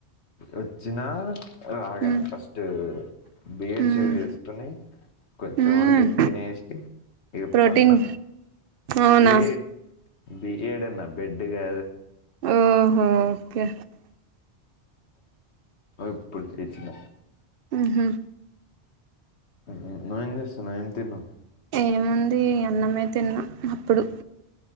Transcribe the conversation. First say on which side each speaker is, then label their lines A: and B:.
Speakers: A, on the left (about 75°); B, on the right (about 60°).
A: వచ్చినా రాగానే
B: మ్మ్
A: ఫస్ట్ బిఎడ్
B: మ్మ్
A: చే చేసుకుని కొంచెం
B: మ్మ్
A: ఉంటే తినేసి ఇక
B: ప్రోటీన్
A: పన్నా
B: అవునా
A: బిఏ బిఏడ్ ఎన్న బెడ్గా
B: ఓహో ఓకే
A: ఇప్పుడు చేచ్చిన
B: ఆ హా
A: నువ్వవు ఏం చేస్తా నువ్ ఏం తిన్నావు
B: ఏముంది అన్నమే తిన్నాం అప్పుడు